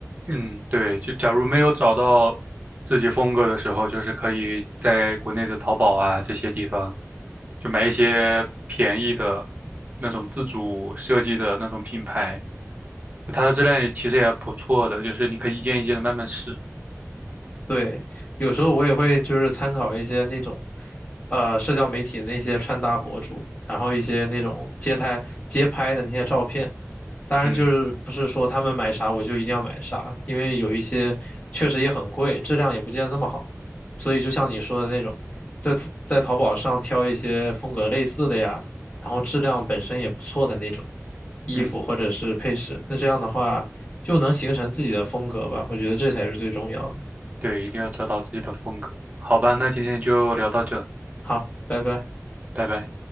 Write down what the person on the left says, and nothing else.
对，有时候我也会就是参考一些那种，呃，社交媒体的那些穿搭博主，然后一些那种街拍街拍的那些照片。当然，
就是不是说他们买啥我就一定要买啥，因为有一些确实也很贵，质量也不见得那么好。所以就像你说的那种，在在淘宝上挑一些风格类似的呀，然后质量本身也不错的那种衣服或者是配饰，
那这样的话就能形成自己的风格吧，我觉得这才是最重要的。
好，拜拜。